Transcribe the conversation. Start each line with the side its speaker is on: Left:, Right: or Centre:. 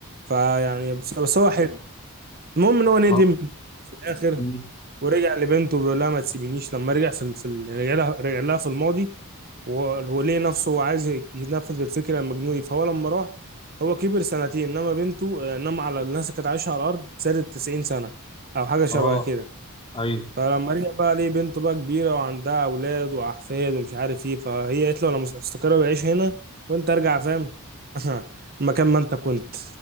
Right: فيعني بس, بس هو حلو المهم ان هو ندم
Left: اه
Right: في الاخر
Left: مم.
Right: ورجع لبنته بيقول لها ما تسيبينيش لما رجع في ال... في ال... رجع لها رجع لها في الماضي وهو هو ليه نفسه هو عايز ينفذ الفكره المجنونه دي فهو لما راح هو كبر سنتين انما بنته انما على الناس اللي كانت عايشه على الارض زادت 90 سنه او حاجه شبه
Left: اه
Right: كده
Left: ايوه
Right: فلما رجع بقى ليه بنته بقى كبيرة وعندها أولاد وأحفاد ومش عارف إيه فهي قالت له أنا مس- استقر بعيش هنا وأنت أرجع فاهم <laughs> مكان ما أنت كنت